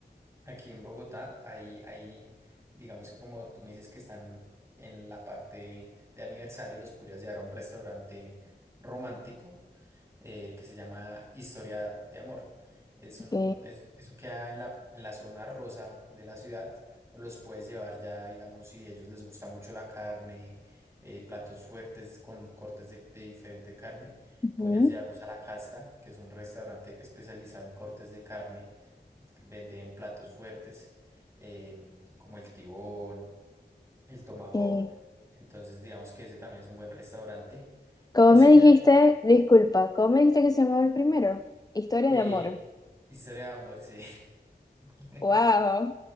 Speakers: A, on the right; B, on the left.
A: aquí en Bogotá hay, hay, digamos que como tú me dices que están en, en la parte de aniversario, los podrías llevar a un restaurante romántico eh, que se llama Historia de Amor. Es un,
B: Ok.
A: es- eso queda en la, en la zona rosa de la ciudad o los puedes llevar ya, digamos, si a ellos les gusta mucho la carne, eh, platos fuertes con cortes de, de diferente carne,
B: ujú,
A: podrías llevarlos a La Casta, que es un restaurante especializado en cortes de carne, que venden platos fuertes, eh, como el tibón, el tomahawk,
B: eh,
A: entonces digamos que ese también es un buen restaurante.
B: ¿Cómo
A: O si
B: me dijiste?
A: ya
B: Disculpa, ¿cómo me dijiste que se llamaba el primero? Historia
A: Eh,
B: de amor.
A: historia de amor, sí. <laughs>
B: ¡Wow!